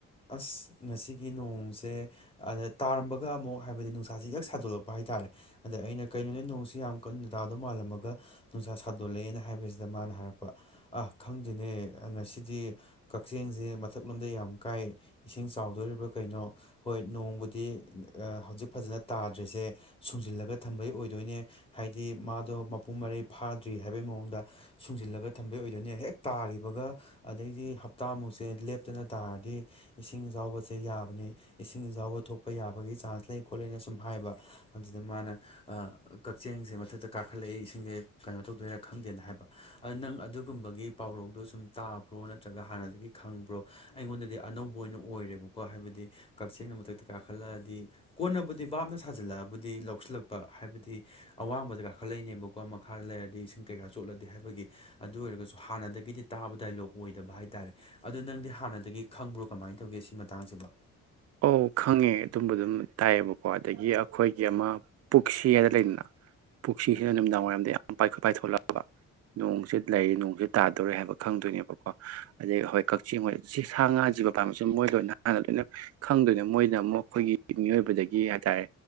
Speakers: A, on the left (about 20°); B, on the right (about 55°).
A: ꯑꯁ ꯉꯁꯤꯒꯤ ꯅꯣꯡꯁꯦ ꯑꯗ ꯇꯥꯔꯝꯕꯒ ꯑꯃꯨꯛ ꯍꯥꯏꯕꯗꯤ ꯅꯨꯡꯁꯥꯥꯁꯦ ꯌꯛ ꯁꯥꯗꯣꯛꯂꯛꯄ ꯍꯥꯏꯇꯥꯥꯔꯦ ꯑꯗ ꯑꯩꯅ ꯀꯩꯅꯣꯅꯦ ꯅꯣꯡꯁꯤ ꯌꯥꯝ ꯀꯟꯅ ꯇꯥꯗꯧ ꯃꯥꯜꯂꯝꯃꯒ ꯅꯨꯡꯁꯥ ꯁꯥꯗꯣꯂꯛꯑꯦꯅ ꯍꯥꯏꯕꯁꯤꯗ ꯃꯥꯅ ꯍꯥꯏꯔꯛꯄ ꯑ ꯈꯪꯗꯦꯅꯦ ꯉꯁꯤꯗꯤ ꯀꯛꯆꯦꯡꯖꯦ ꯃꯊꯛꯂꯣꯝꯗ ꯌꯥꯝ ꯀꯥꯏ ꯏꯁꯤꯡ ꯆꯥꯎꯗꯣꯔꯤꯕ꯭ꯔꯥ ꯀꯩꯅꯣ ꯍꯣꯏ ꯅꯣꯡꯕꯨꯗꯤ ꯑ ꯍꯧꯖꯤꯛ ꯐꯖꯅ ꯇꯥꯗ꯭ꯔꯤꯁꯦ ꯁꯨꯡꯖꯤꯜꯂꯒ ꯊꯝꯕꯩ ꯑꯣꯏꯗꯣꯏꯅꯦ ꯍꯥꯏꯗꯤ ꯃꯥꯗꯣ ꯃꯄꯨꯡ ꯃꯔꯩ ꯐꯥꯗ꯭ꯔꯤ ꯍꯥꯏꯕꯩ ꯃꯑꯣꯡꯗ ꯁꯨꯡꯖꯤꯜꯂꯒ ꯊꯝꯕꯩ ꯑꯣꯏꯗꯣꯏꯅꯦ ꯍꯦꯛ ꯇꯥꯒꯤꯕꯒ ꯑꯗꯩꯗꯤ ꯍꯞꯇꯥꯃꯨꯛꯁꯦ ꯂꯦꯞꯇꯅ ꯇꯥꯔꯗꯤ ꯏꯁꯤꯡ ꯢꯖꯥꯎꯕꯁꯦ ꯌꯥꯕꯅꯤ ꯏꯁꯤꯡ ꯏꯖꯥꯎꯕ ꯊꯣꯛꯄ ꯌꯥꯕꯒꯤ ꯆꯥꯟꯁ ꯂꯩ ꯈꯣꯠꯂꯦꯅ ꯁꯨꯝ ꯍꯥꯏꯕ ꯑꯗꯨꯗ ꯃꯥꯅ ꯑ ꯀꯛꯆꯦꯡꯁꯦ ꯃꯊꯛꯇ ꯀꯥꯈꯠꯂꯛꯏ ꯏꯁꯤꯡꯖꯦ ꯀꯩꯅꯣ ꯇꯧꯗꯣꯏꯔꯥ ꯈꯪꯗꯦꯅ ꯍꯥꯏꯕ ꯑ ꯅꯪ ꯑꯗꯨꯒꯨꯝꯕꯒꯤ ꯄꯥꯎꯔꯧꯗꯣ ꯁꯨꯝ ꯇꯥꯕ꯭ꯔꯣ ꯅꯠꯇ꯭ꯔꯒ ꯍꯥꯟꯅꯗꯒꯤ ꯈꯪꯕ꯭ꯔꯣ ꯑꯩꯉꯣꯟꯗꯗꯤ ꯑꯅꯧ ꯕ ꯑꯣꯏꯅ ꯑꯣꯏꯔꯦꯕꯀꯣ ꯍꯥꯏꯕꯗꯤ ꯀꯛꯆꯦꯡꯅ ꯃꯊꯛꯇ ꯀꯥꯈꯠꯂꯛꯑꯗꯤ ꯀꯣꯟꯅꯕꯨꯗꯤ ꯕꯥꯞꯅ ꯁꯥꯖꯤꯜꯂꯛꯑꯕꯨꯗꯤ ꯂꯧꯁꯤꯜꯂꯛꯄ ꯍꯥꯏꯕꯗꯤ ꯑꯋꯥꯡꯕꯗ ꯀꯥꯈꯠꯂꯛꯏꯅꯦꯕꯀꯣ ꯃꯈꯥꯗ ꯂꯩꯔꯗꯤ ꯏꯁꯤꯡ ꯀꯩꯀꯥ ꯆꯣꯠꯂꯗꯤ ꯍꯥꯏꯕꯒꯤ ꯑꯗꯨ ꯑꯣꯏꯔꯒꯁꯨ ꯍꯥꯟꯅꯗꯒꯤꯗꯤ ꯇꯥꯕ ꯗꯥꯏꯂꯣꯛ ꯑꯣꯏꯗꯕ ꯍꯥꯏ ꯇꯥꯔꯦ ꯑꯗꯨ ꯅꯪꯗꯤ ꯍꯥꯟꯅꯗꯒꯤ ꯈꯪꯕ꯭ꯔꯣ ꯀꯃꯥꯏꯟ ꯇꯧꯒꯦ ꯁꯤ ꯃꯇꯥꯡꯁꯤꯕꯣ
B: ꯑꯧ ꯈꯪꯉꯦ ꯑꯗꯨꯝꯕ ꯗꯨꯝ ꯇꯥꯏꯌꯦꯕꯀꯣ ꯑꯗꯒꯤ ꯑꯈꯣꯏꯒꯤ ꯑꯃ ꯄꯨꯛꯁꯤ ꯍꯥꯏꯗ ꯂꯩꯗꯅ ꯄꯨꯛꯁꯤꯁꯤꯅ ꯅꯨꯃꯤꯗꯥꯡ ꯋꯥꯏꯔꯝꯗ ꯌꯥꯝ ꯄꯥꯏ ꯄꯥꯏꯊꯣꯛꯂꯛꯑꯕ ꯅꯣꯡꯁꯦ ꯂꯩ ꯅꯣꯡꯁꯦ ꯇꯥꯗꯣꯔꯦ ꯍꯥꯏꯕ ꯈꯪꯗꯣꯏꯅꯦꯕꯀꯣ ꯑꯗꯒꯤ ꯍꯣꯏ ꯀꯛꯆꯦꯡ ꯍꯣꯏ ꯁꯤ ꯁꯥ ꯉꯥ ꯖꯤꯕ ꯄꯥꯝꯕꯁꯤ ꯃꯣꯏ ꯂꯣꯏꯅ ꯍꯥꯟꯅ ꯂꯣꯏꯅ ꯈꯪꯗꯣꯏꯅꯤ ꯃꯣꯏꯅ ꯑꯃꯨꯛ ꯑꯈꯣꯏꯒꯤ ꯃꯤꯑꯣꯏꯕꯗꯒꯤ ꯍꯥꯏꯇꯥꯔꯦ